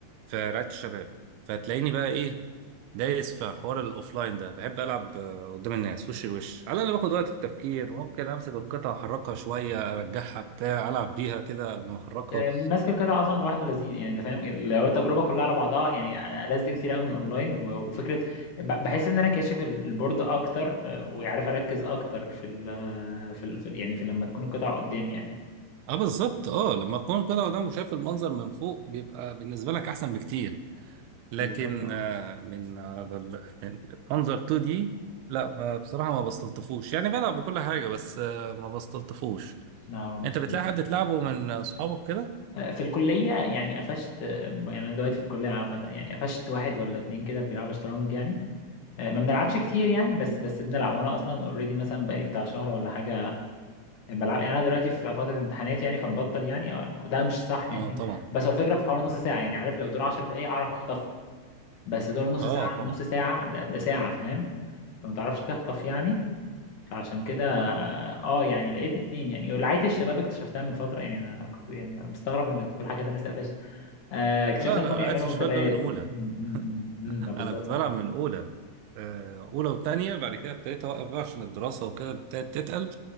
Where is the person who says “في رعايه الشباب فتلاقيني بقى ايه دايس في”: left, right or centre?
Right